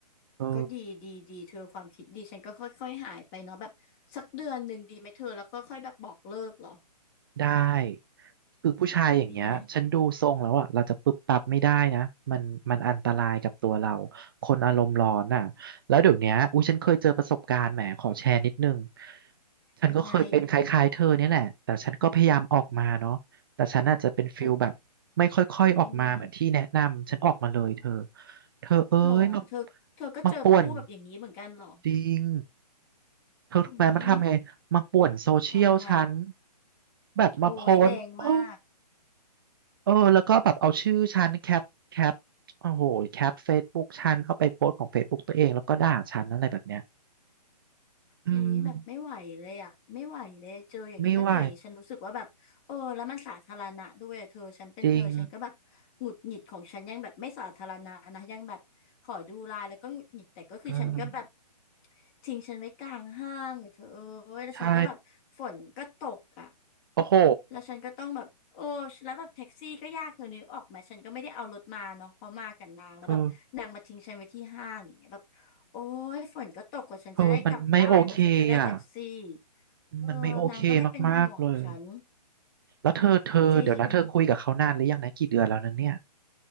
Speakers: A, on the right; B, on the left.
A: เออ
B: ก็ดีดีดีเธอความคิดดีฉันก็ค่อยๆหายไปเนาะแบบสักเดือนหนึ่งดีไหมเธอแล้วก็ค่อยแบบบอกเลิกเหรอ
A: ได้คือผู้ชายอย่างเงี้ยฉันดูทรงแล้วอ่ะเราจะปึ๊บปั๊บไม่ได้นะมันมันอันตรายกับตัวเรา
B: ดีไหม
A: คนอารมณ์ร้อนอ่ะแล้วเดี๋ยวเนี้ยอุ้ยฉันเคยเจอประสบการณ์แหมขอแชร์นิดนึงฉันก็เคยเป็นคล้ายๆเธอเนี่ยแหละแต่ฉันก็พยายามออกมาเนาะแต่ฉันอาจจะเป็นฟิลแบบไม่ค่อยๆออกมาเหมือนที่แนะนำฉันออกมาเลยเธอ
B: ยังไงเธอยังไง
A: เธอเอ้ยมา
B: หรอเธอเธอก็เจอผู้แบบอย่างนี้เหมือนกันเหรอ
A: มาป่วน จริง เธอถูกไหมมันทำไง
B: วิ
A: มาป่วนโซเชียลฉัน
B: ทำไง
A: แบบมาโพสต์โอ้
B: โอ้ยแรงมาก
A: เออแล้วก็แบบเอาชื่อฉันแคปแคปโอ้โหแคปเฟซบุ๊กฉันเอาไปโพสต์ของเฟซบุ๊กตัวเองแล้วก็ด่าฉันอะไรแบบเนี้ยอืม
B: อุ๊ยแบบไม่ไหวเลยอ่ะไม่ไหวเลยเจออย่างเงี้ยถ้าเจออย่างงี้ฉันรู้สึกว่าแบบเออแล้วมันสาธารณะด้วยอะเธอฉันเป็นเธอฉันก็แบบหงุดหงิดของฉันยังแบบไม่สาธารณะนะยังแบบขอดูไลน์แล้วก็หงุดหงิดแต่ก็คือฉันก็แบบ
A: ไม่ไหวจริงเออ
B: ทิ้งฉันไว้กลางห้างอะเธอเอ้ยแล้วฉันก็แบบฝนก็ตกอ่ะ
A: ใช่โอ้โห
B: แล้วฉันก็ต้องแบบโอ้แล้วแบบแท็กซี่ก็ยากเธอนึกออกไหมฉันก็ไม่ได้เอารถมาเนาะเพราะมากับนางแล้วแบบนางมาทิ้งฉันไว้ที่ห้างอย่างเงี้ยแบบโอ้ยฝนก็ตกกว่าฉันจะได้กลับบ้านกว่าฉันจะได้แท็กซี่
A: เธอเธอมันไม่โอเคอ่ะ
B: เออนางก็ไม่เป็นห่วงฉัน
A: มันไม่โอเคมากๆเลย แล้วเธอเธอ
B: จริง
A: เดี๋ยวนะเธอคุยกับเขานานหรือยังนะกี่เดือนแล้วนะเนี่ย